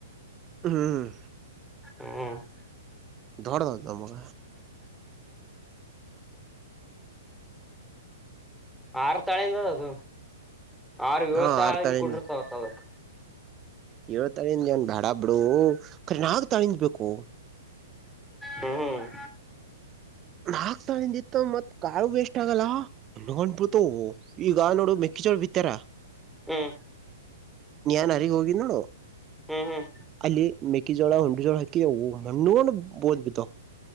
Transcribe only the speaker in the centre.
ಹ್ಮ್
ಆರ್ ತಳಿ ನ ಅದ ಆರ ಇವತ್ತು
ಆಲವ್
ಕುಂದಾರ್ತಾವ ಅಂತ ಅದಕ್
ಹ್ಮ್ ಹ್ಮ್
ಹ್ಮ್
ಹ್ಮ್ ಹ್ಮ್ ಹ್ಮ್